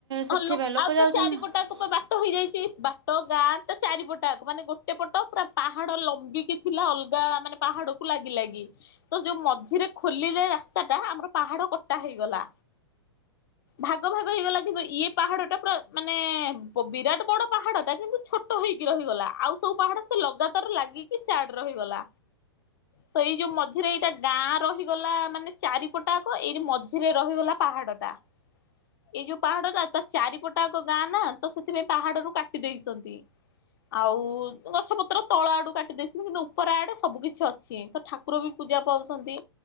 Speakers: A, on the right; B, on the left.
A: ସେଥିପାଇଁ
B: ହଁ
A: ଲୋକ
B: ଆଉ ତା
A: ଯାଉଛନ୍ତି
B: ଚାରିପଟାକ
A: ନା।
B: ପା ବାଟ ହେଇଯାଇଛି, ବାଟ ଗାଁ ତା ଚାରିପଟଆକ ମାନେ ଗୋଟେ ପଟ ପୁରା ପାହାଡ ଲମ୍ବିକି ଥିଲା ଅଲଗା ମାନେ ପାହାଡକୁ ଲାଗି ଲାଗି, ତ ଯୋଉ ମଝିରେ ଖୋଲିଲେ ରାସ୍ତାଟା ଆମର ପାହାଡ କଟା ହେଇଗଲା, ଭାଗ ଭାଗ ହେଇଗଲା କିନ୍ତୁ ଇଏ ପାହାଡଟା ପୁରା ମାନେଏ-ଏ-ଏ <inaudible> ବିରାଟ ବଡ ପାହାଡଟା କିନ୍ତୁ ଛୋଟ ହେଇକି ରହିଗଲା ଆଉ ସବୁ ପାହାଡ ସେ ଲଗାତାର ଲାଗିକି ସିଆଡେ ରହିଗଲା। ତ ଏଇ ଯୋଉ ମଝିରେ ଏଇଟା ଗାଁ ରହିଗଲା ମାନେ ଚାରିପଟଆକ ଏଇ ମଝିରେ ରହିଗଲା ପାହାଡଟା ଏଇ ଯୋଉ ପାହାଡଟା ତା ଚାରିପଟଆକ ଗାଁ ନା। ତ ସେଥିପାଇଁ ପାହାଡରୁୁ କାଟି ଦେଇଛନ୍ତି, ଆଉ ଗଛ ପତ୍ର ତଳ ଆଡୁ କାଟି ଦେଇଛନ୍ତି କିନ୍ତୁ ଉପର ଆଡେ ସବୁ କିିଛି ଅଛି ତ ଠାକୁର ବି ପୂଜା ପାଉଛନ୍ତି